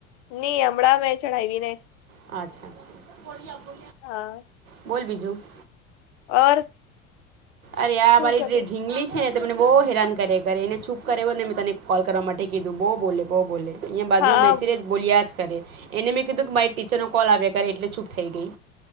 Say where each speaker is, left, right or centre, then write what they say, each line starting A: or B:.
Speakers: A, on the left (about 60°); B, on the right (about 80°).
A: નઈ હમણાં મેં ચડાવી ને.
B: અચ્છા-અચ્છા.
A: હા.
B: બોલ બીજું. <inaudible>
A: ઓર.
B: અરે આ
A: શું
B: મારી
A: કરે
B: જે ઢીંગલી છે. તમને બહુ હેરાન કરે કરે એને છૂપ કરે ને મેં તને કોલ કરવા માટે કીધું બહુ બોલે બહું બોલે. અહીંયા બાજુમાં
A: હા
B: બેસીને બોલીયા જ કરે. અરે એને મેં કીધું કે મારી ટીચર નો કોલ આવ્યા કર એટલે ચૂપ થઈ ગઈ